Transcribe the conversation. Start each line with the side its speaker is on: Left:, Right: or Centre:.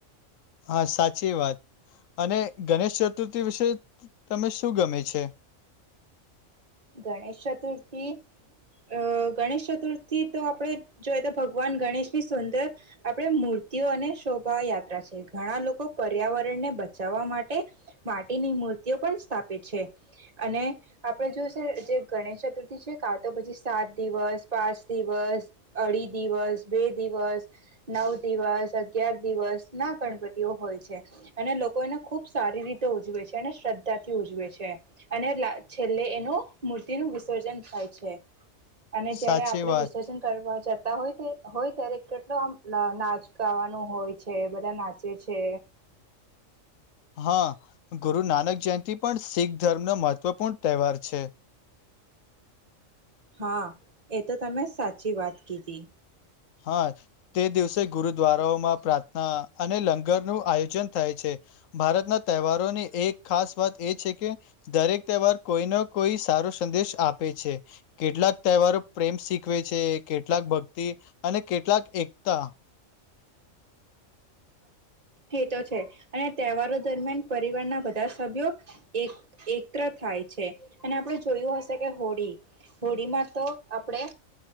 Left: હા, સાચી વાત અને ગણેશ ચતુર્થી વિશે તમે શું ગમે છે?
Right: ગણેશ ચતુર્થી અ ગણેશ ચતુર્થી તો આપણે જોઈ તો ભગવાન ગણેશની સુંદર આપણે મૂર્તિઓ અને શોભાયાત્રા છે, ઘણા લોકો પર્યાવરણને બચાવવા માટે માટીની મૂર્તિઓ પણ સ્થાપિત છે, અને આપણે જો જે ગણેશ ચતુર્થી છે, કા તો પછી સાત દિવસ પાંચ દિવસ અઢી દિવસ બે દિવસ નવ દિવસ અગિયાર દિવસ ના ગણપતિઓ હોય છે, અને લોકો એને ખુબ સારી રીતે ઉજવે છે અને શ્રદ્ધાથી ઉજવે છે, અને છેલ્લે એનું મૂર્તિનું વિસર્જન થાય છે. અને
Left: સાચી
Right: જયારે આપડે
Left: વાત
Right: વિસર્જન કરવા જતા હોય, ત્યારે કેટલો આમ નાચ ગાવાનું હોય છે બધા નાચે છે.
Left: હા ગુરુ નાનક જયંતિ પણ શીખ ધર્મનો મહત્વપૂર્ણ તહેવાર છે,
Right: હા એ તો તમે સાચી વાત કીધી.
Left: હા તે દિવસે ગુરુદ્વારાઓમાં પ્રાર્થના અને લંગર નું આયોજન થાય છે ભારતના તહેવારોની એક ખાસ વાત એ છે કે દરેક તહેવાર કોઈને કોઈ સારો સંદેશ આપે છે કેટલાક તહેવારો પ્રેમ શીખવે છે કેટલાક ભક્તિ. અને કેટલાક એકતા.
Right: હ એ તો છે અને તહેવારો દરમિયાન પરિવારના બધા સભ્યો એક એકત્ર થાય છે અને આપણે જોયું હશે કે હોળી હોળીમાં તો આપણે